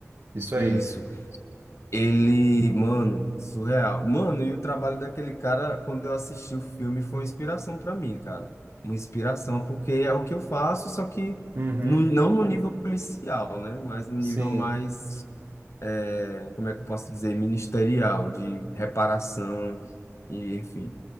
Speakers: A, on the right (about 65°); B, on the left (about 60°).
A: isso aí.
B: Isso. Ele, mano, surreal. Mano, e o trabalho daquele cara, quando eu assisti o filme, foi uma inspiração pra mim, cara. Uma inspiração, porque é o que eu faço, só que
A: Uhum,
B: no, não no nível policial, né? Mas no
A: sim.
B: nível mais É, como é que eu posso dizer, ministerial, de reparação e enfim.